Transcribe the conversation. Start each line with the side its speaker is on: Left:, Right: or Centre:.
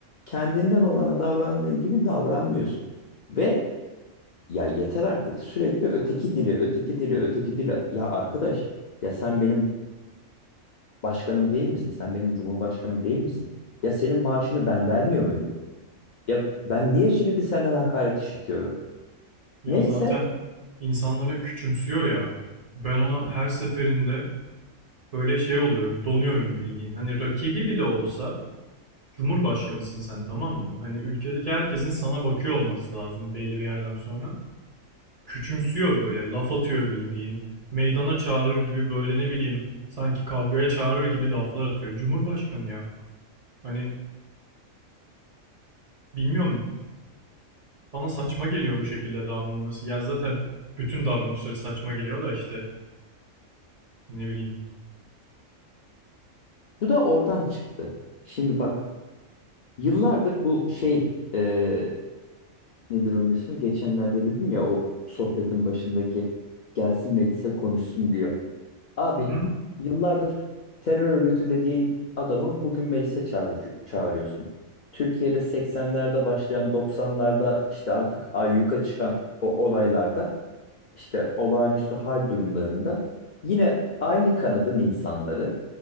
Left: kendinden olana davrandığın gibi davranmıyorsun. Ve ya yeter artık sürekli öteki dili, öteki dili, öteki dili. Ya arkadaş, ya sen benim başkanım değil misin? Sen benim cumhurbaşkanım değil misin? Ya senin maaşını ben vermiyor muyum? Ya ben niye sürekli senden hakaret işitiyorum?
Right: Ya
Left: Neyse
Right: zaten insanları küçümsüyor ya. Ben ona her seferinde böyle şey oluyorum, donuyorum bildiğin. Hani rakibi bile olsa Cumhurbaşkanısın sen tamam mı? Hani ülkedeki herkesin sana bakıyor olması lazım belli bir yerden sonra. Küçümsüyor böyle, laf atıyor bildiğin. Meydana çağırır gibi böyle ne bileyim sanki kavgaya çağırır gibi laflar atıyor. Cumhurbaşkanı ya. Hani Bilmiyorum. Bana saçma geliyor bu şekilde davranılması. Ya zaten bütün davranışları saçma geliyor da işte ne bileyim.
Left: bu da oradan çıktı. Şimdi bak yıllardır bu şey e, nedir onun ismi? Geçenlerde dedim ya o sohbetin başındaki gelsin meclise konuşsun diyor. Abi
Right: Hı hı.
Left: yıllardır terör örgütü dediğin adamı bugün meclise çağırıcı- çağırıyorsun. Türkiye'de 80'lerde başlayan 90'larda işte artık ayyuka çıkan o olaylarda işte olağanüstü hal durumlarında yine aynı kanadın insanları